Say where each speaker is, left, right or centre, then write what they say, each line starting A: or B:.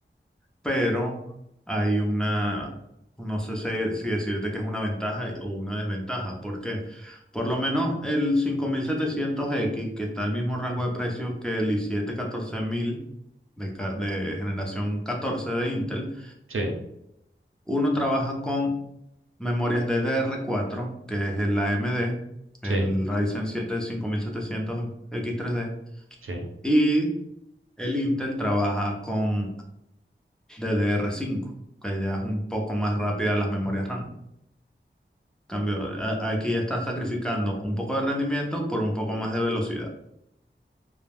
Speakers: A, in the centre; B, on the right.
A: pero hay una, no sé si, si decirte que es una ventaja y- o una desventaja. ¿Por qué? Por lo menos el cinco mil setecientos x que está al mismo rango de precios que el i7 14000 de, ca- de generación 14 de Intel,
B: sí,
A: uno trabaja con memorias ddr cuatro que es el AMD, el
B: sí.
A: Ryzen siete cinco mil setecientos x 3 d
B: Sí.
A: y el Intel trabaja con DDR5, que ya es un poco más rápida las memorias RAM. Cambio, a- aquí estás sacrificando un poco de rendimiento por un poco más de velocidad,